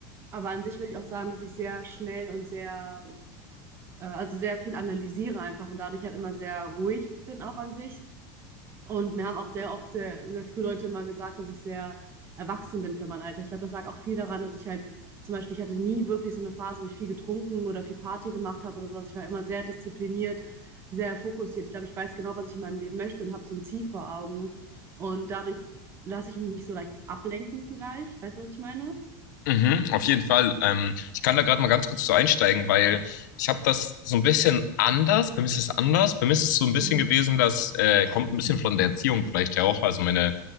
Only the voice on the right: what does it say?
Aber an sich würde ich auch sagen, dass ich sehr schnell und sehr äh, also sehr viel analysiere einfach und dadurch halt immer sehr ruhig bin auch an sich. Und mir haben auch sehr oft, sehr, sehr früh Leute immer gesagt, dass ich sehr erwachsen bin für mein Alter. Ich glaube, das lag auch viel daran, dass ich halt zum Beispiel, ich hatte nie wirklich so eine Phase, wo ich viel getrunken oder viel Party gemacht habe oder sowas. Ich war immer sehr diszipliniert, sehr fokussiert. Ich glaube, ich weiß genau, was ich in meinem Leben möchte und habe so ein Ziel vor Augen. Und dadurch lasse ich mich nicht so leicht ablenken vielleicht. Weißt du, was ich meine?
Mhm.